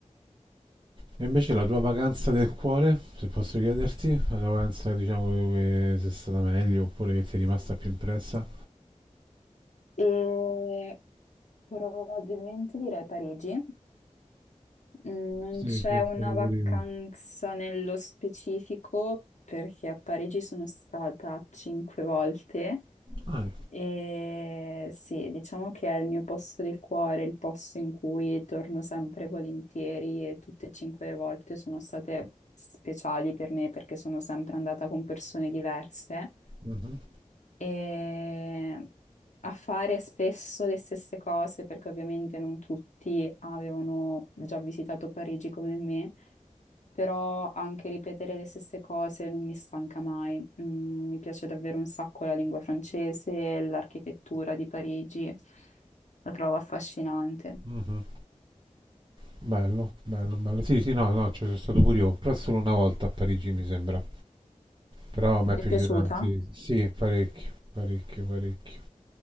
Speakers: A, on the right; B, on the left.
A: E invece la tua vacanza del cuore, se posso chiederti, la tua vacanza diciamo dove sei stata meglio oppure che ti è rimasta più impressa?
B: E probabilmente direi Parigi. Mm, Non
A: Sì,
B: c'è
A: c'è
B: una
A: stato
B: vacanza
A: pure io.
B: nello specifico perché a Parigi sono stata cinque volte
A: Ah,
B: E sì, diciamo che è il mio posto del cuore, il posto in cui torno sempre volentieri e tutte e cinque le volte sono state speciali per me perché sono sempre andata con persone diverse
A: mhm,
B: e a fare spesso le stesse cose, perché ovviamente non tutti avevano già visitato Parigi come me, però anche ripetere le stesse cose non mi stanca mai. Mm, mi piace davvero un sacco la lingua francese, l'architettura di Parigi, la trovo affascinante.
A: mhm. Bello, bello, bello. Sì, sì, no, no, ci sono stato pure io, però solo una volta a Parigi mi sembra. Però mi
B: Ti
A: è piaciuto
B: è piaciuta?
A: Sì, tantissimo. Sì, parecchio, parecchio, parecchio.